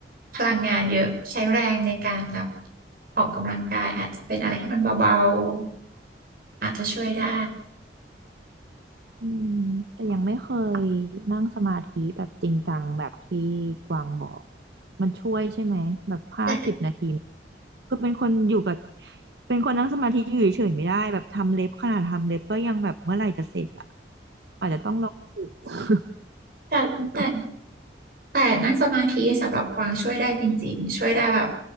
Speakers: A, on the right (about 55°); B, on the right (about 70°).
A: พลังงานเยอะใช้แรงในการแบบออกกำลังกายอาจจะเป็นอะไรที่มันเบาๆอาจจะช่วยได้
B: อืมแต่ยังไม่เคยนั่งสมาธิแบบจริงจังแบบที่กวางบอกมันช่วยใช่ไหมแบบห้าสิบนาทีเนี่ย
A: แต่
B: คือเป็นคนอยู่กับเป็นคนนั่งสมาธิอยู่เฉยๆไม่ได้แบบทำเล็บขนาดทำเล็บก็ยังแบบเมื่อไหร่จะเสร็จอ่ะอาจจะต้องลองฝึก
A: แต่แต่
B: ไม่รู้
A: แต่นั่งสมาธิสำหรับกวางช่วยได้จริงๆช่วยได้แบบ